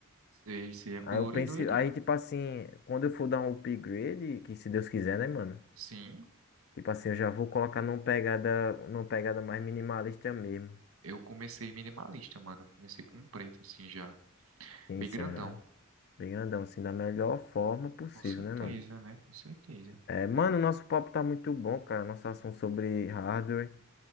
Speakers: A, on the right; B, on the left.
A: sei, sei, é colorido
B: Aí eu pensei,
A: ele?
B: aí tipo assim, quando eu for dar um upgrade, que se Deus quiser, né, mano?
A: Sim,
B: Tipo assim, eu já vou colocar numa pegada, numa pegada mais minimalista mesmo.
A: eu comecei minimalista, mano. Eu comecei com um preto assim já,
B: Sim,
A: bem
B: sim,
A: grandão.
B: eu já. Bem grandão, assim, da melhor forma possível,
A: Com certeza,
B: né, mano?
A: né? Com certeza.
B: É, mano, o nosso papo tá muito bom, cara. Nosso assunto sobre hardware.